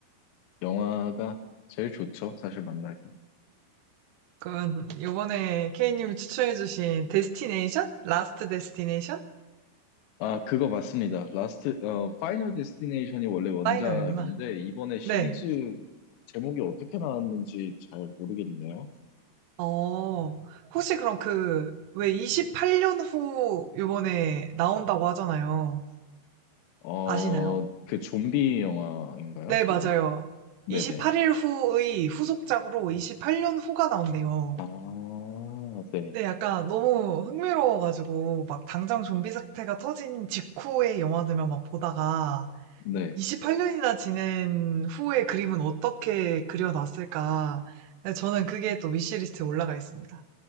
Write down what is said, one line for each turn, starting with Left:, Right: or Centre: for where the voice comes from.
Left: 영화가 제일 좋죠. 사실 만나기.
Right: 그건 요번에 케이님이 추천해주신 데스티네이션? 라스트 데스티네이션?
Left: 아, 그거 맞습니다. 라스트, 어, 파이널 데스티네이션이 원래 원작인데,
Right: 파이널이구나.
Left: 이번에 시리즈
Right: 네.
Left: 제목이 어떻게 나왔는지 잘 모르겠네요.
Right: 어, 혹시 그럼 그, 왜 28년 후 요번에 나온다고 하잖아요.
Left: 어,
Right: 아시나요?
Left: 그 좀비 영화인가요?
Right: 네, 맞아요.
Left: 그거? 네네.
Right: 28일 후의 후속작으로 28년 후가 나온대요.
Left: 아, 네.
Right: 네, 약간 너무 흥미로워가지고, 막 당장 좀비 사태가 터진 직후의 영화들만 막 보다가,
Left: 네.
Right: 28년이나 지낸 후의 그림은 어떻게 그려놨을까. 저는 그게 또 위시리스트에 올라가 있습니다.